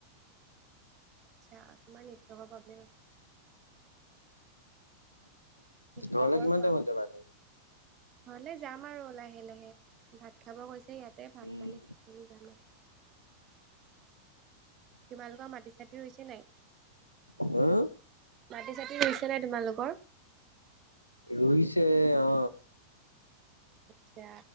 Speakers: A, on the right (about 30°); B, on the left (about 85°).
A: আচ্ছা তোমাৰ নি জবাবাব। খবৰ
B: ঘৰলে কিমান
A: কোৱা
B: টাইমত যাবা আকো।
A: ঘৰলে যাম আৰু লাহে লাহে ভাত খাব কৈছে ইয়াতে ভাত
B: উম
A: পানী খাই যাম আৰু। <inaudible> তোমালোকৰ মাটি চাটি হৈছে নাই।
B: হা।
A: মাটি চাটি হৈছে নাই তোমালোকৰ।
B: ৰুইছে অ।
A: আচ্ছা